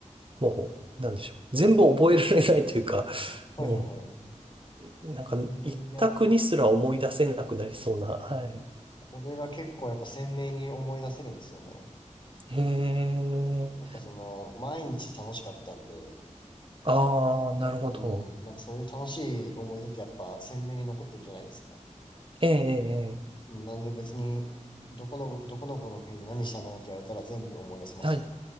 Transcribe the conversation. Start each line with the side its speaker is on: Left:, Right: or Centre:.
Right: もう、なんでしょう。全部覚えられないというか、
Left: はいはいはい。
Right: もう、なんか行った国すら思い出せなくなりそうな、
Left: いや、
Right: はい。
Left: これが結構やっぱ鮮明に思い出せるんですよね。
Right: へえ。
Left: やっぱその、毎日楽しかったんで、
Right: ああ、なるほど。
Left: うん、なんかそういう楽しい思い出ってやっぱ鮮明に残ってるじゃないですか。
Right: ええ、ええ、え
Left: うんなんで別に、どこの、どこのこの国で何したのって言われたら全部思い出せますね。
Right: えはい。